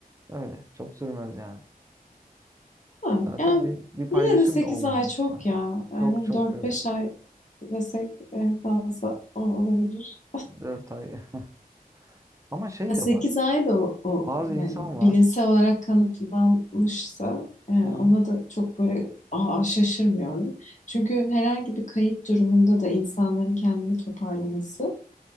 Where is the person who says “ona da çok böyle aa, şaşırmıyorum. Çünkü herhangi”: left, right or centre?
Left